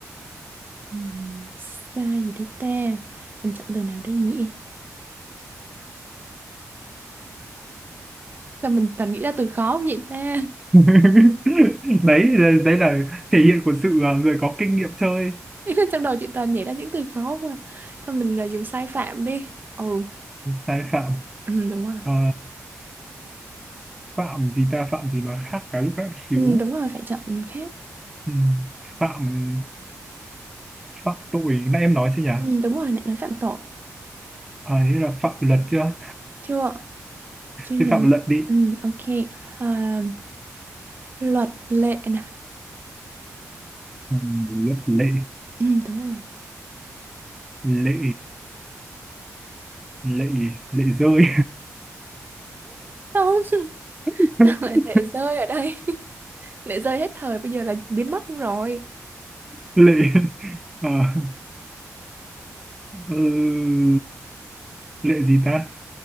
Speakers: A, on the right; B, in the centre.
A: Ừm, sai gì đấy ta mình chọn từ nào đây nhỉ sao mình toàn nghĩ ra từ khó không vậy ta
B: <laughs> đấy đấy là thể hiện của sự à, người có kinh nghiệm chơi
A: <laughs> trong đầu chị toàn nhảy ra những từ khó không à thôi mình à, dùng sai phạm đi ừ,
B: sai phạm
A: ừ đúng rồi
B: Ờ, phạm gì ta phạm gì mà khác cả lúc nãy một xíu
A: ừ, đúng rồi phải chọn khác
B: ừ. phạm phạm tội nãy em nói chưa nhỉ
A: ừ, đúng rồi lại nói phạm tội
B: à thế là phạm luật chưa
A: chưa trên
B: thế
A: nấn
B: phạm luật đi
A: ừ, ok à, luật lệ nè
B: Ừ, luật lệ
A: ừ, đúng rồi
B: lệ lệ lệ rơi
A: không <laughs>
B: <laughs>
A: sao lại lệ rơi ở đây <laughs> lệ rơi hết thời bây giờ là biến mất luôn rồi
B: lệ à, ừ, lệ gì ta